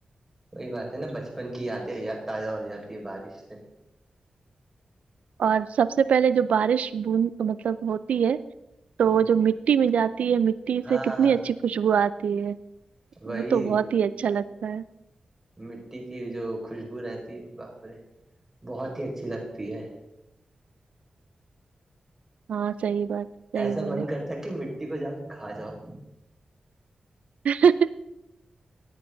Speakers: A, on the right; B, on the right.
A: وہی بات ہے نا بچپن کی یادیں تازہ ہو جاتی ہے بارش سے
B: اور سب سے پہلے جو بارش بند مطلب ہوتی ہے تو
A: ہ
B: وہ جو مٹی میں جاتی ہے مٹی
A: ہاں
B: سے کتنی اچھی خوشبو آتی ہے
A: وہی
B: وہ تو بہت ہی اچھا لگتا ہے
A: مٹی کی جو خوشبو رہتی ہے باپرے بہت ہی اچھی لگتی ہے
B: ہاں صحی بات صحیح
A: ایسا
B: بولے
A: من کرتا ہے کہ مٹی کو جا کے کھا جاؤ
B: <unintelligible>